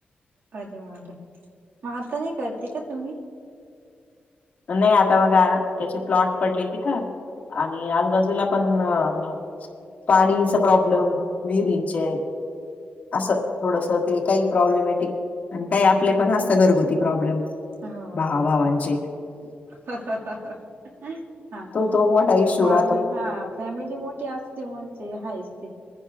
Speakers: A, on the right; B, on the left.
A: अरे वात म आता नाही करते का तुम्ही?
B: नाही आता माझा आहे ना त्याचे प्लॉट पडले तिथं आणि आजूबाजूला पण म पाणीचा प्रॉब्लेम विहिरींचे आहे असं थोडस ते काही प्रॉब्लेमॅटिक आणि काही आपले पण असं घरगुती प्रॉब्लेम.
A: हो
B: भाहभावांचे
A: ते तर हा हो
B: तो तो मोठा इश्यू
A: आम्ही
B: राहतो
A: हा ख फॅमिली मोठी असते म्हणजे हायच ते.